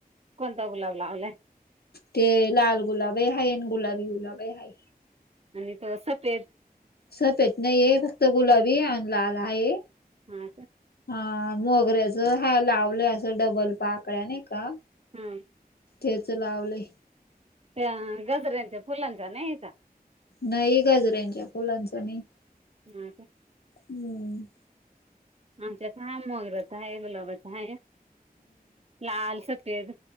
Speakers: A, on the right; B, on the left.
A: कोणता गुलाब लावलाय.
B: ते लाल गुलाबे हाय अन गुलाबी गुलाब हाय.
A: आणि तो सफेद.
B: सप येत नाहीय फक्त गुलाबी आणला आला आहे.
A: हा
B: हा मोगऱ्याच हा लावलं असं डबल पाकड्या नाही का.
A: हम
B: तेच लावलंय
A: त्या गजऱ्यांचा फुलांचा नाहाय का.
B: नाही गाजरच्या फुलांचा नाही.
A: हा का.
B: हम्म.
A: आमच्यात हाय मोगर्याचा हाय गुलाबाचा हाय लाल सफेद.